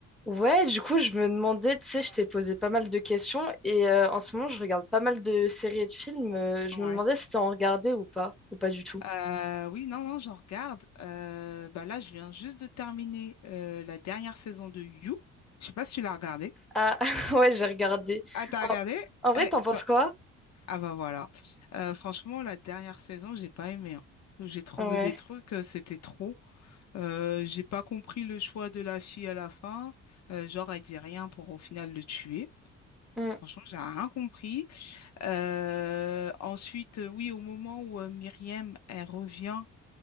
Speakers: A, in the centre; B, on the left.
A: Ouais, du coup, je me demandais, tu sais, je t'ai posé pas mal de questions et euh, en ce moment, je regarde pas mal de séries et de films. euh, je
B: Ouais.
A: me demandais si t'en regardais ou pas, ou pas du tout.
B: Euh, oui, non, non, j'en regarde. Euh, bah là, je viens juste de terminer euh, la dernière saison de You. Je sais pas si tu l'as regardé.
A: Ah, <laughs> ouais, j'ai regardé.
B: Ah, t'as
A: En,
B: regardé?
A: en vrai,
B: Eh,
A: t'en penses
B: t'as-
A: quoi?
B: Ah bah voilà. Euh, franchement, la dernière saison, j'ai pas aimé. hein. J'ai trouvé
A: Ouais.
B: des trucs, euh, c'était trop. Euh, j'ai pas compris le choix de la fille à la fin. Euh, genre, elle dit rien pour au final le tuer.
A: Mm.
B: Franchement, j'ai rien compris. Euh, ensuite, euh, oui, au moment où euh, Myriam, elle revient.